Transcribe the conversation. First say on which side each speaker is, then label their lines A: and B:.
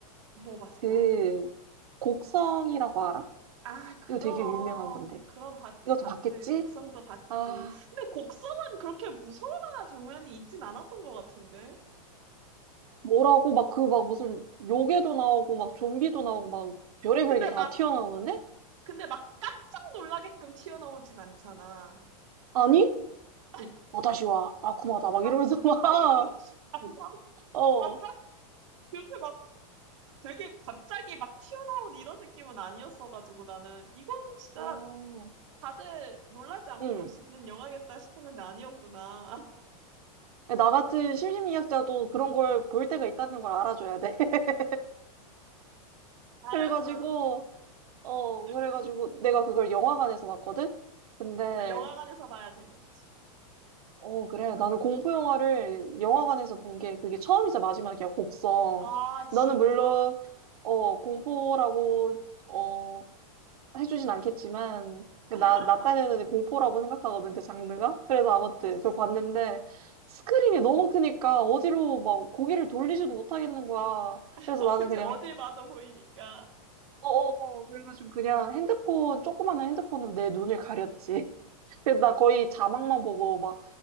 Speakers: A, on the right; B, on the right.
A: 뭐 봤어?
B: 그, 곡성이라고 알아?
A: 아, 그럼,
B: 이거 되게 유명한 건데.
A: 그럼 봤지,
B: 이것도
A: 봤지.
B: 봤겠지?
A: 곡성도 봤지.
B: 아,
A: 근데 곡성은 그렇게 무서울 만한 장면이 있진 않았던 것 같은데.
B: 뭐라고 막 그 막 무슨 요괴도 나오고 막 좀비도 나오고 막 별의별
A: 근데
B: 게 다
A: 막,
B: 튀어나오는데?
A: 근데 막 깜짝 놀라게끔 튀어나오진 않잖아.
B: 아니?
A: 아,
B: 뭐다시 와, 아쿠마다, 막
A: 아,
B: 이러면서 <laughs> 막,
A: 그래? 아, 아,
B: 어,
A: 아, 아, 딱 그렇게 막 되게 갑자기 막 튀어나온 이런 느낌은 아니었어가지고 나는 이거는 진짜
B: 어,
A: 다들 놀라지 않고
B: 응.
A: 볼 수 있는 영화겠다 싶었는데 아니었구나.
B: 나 같은 심심미학자도 그런 걸 볼 때가 있다는 걸 알아줘야 돼. <laughs>
A: <laughs> 알았어,
B: 그래가지고,
A: 알았어.
B: 어,
A: 아,
B: 그래가지고
A: 그렇구나.
B: 내가 그걸 영화관에서 봤거든? 근데,
A: 아, 영화관에서 봐야 재밌지.
B: 어, 그래. 나는 공포 영화를 영화관에서 본 게 그게 처음이자 마지막이야, 곡성.
A: 아, 진짜.
B: 너는 물론, 어, 공포라고, 어, 해주진 않겠지만, 그
A: <laughs>
B: 나, 나 딴에는 공포라고 생각하거든, 그 장르가. 그래서 아무튼
A: 그럴 수
B: 그걸 봤는데,
A: 있어.
B: 스크린이 너무 크니까 어디로 막 고개를 돌리지도 못하겠는 거야.
A: <laughs>
B: 그래서 나는
A: 그치,
B: 그냥,
A: 어딜 봐도 보이니까.
B: 어어어, 그래가지고 그냥 핸드폰, 조그마한 핸드폰으로 내 눈을 가렸지. <laughs> 그래서 나 거의 자막만 보고 막,